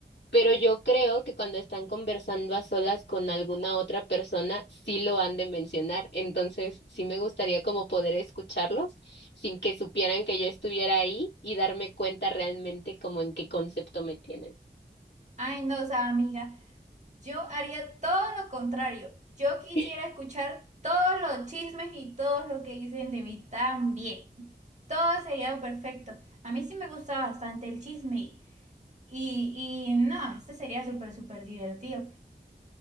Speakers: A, on the left; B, on the right.
A: Pero yo creo que cuando están conversando a solas con alguna otra persona, sí lo han de mencionar. Entonces, sí me gustaría como poder escucharlos sin que supieran que yo estuviera ahí y darme cuenta realmente como en qué concepto me tienen.
B: Ay, no, o sea, amiga. Yo haría todo lo contrario. Yo quisiera
A: <laughs>
B: escuchar todos los chismes y todo lo que dicen de mí también. Todo sería perfecto. A mí sí me gusta bastante el chisme y, y, y no, este sería súper, súper divertido.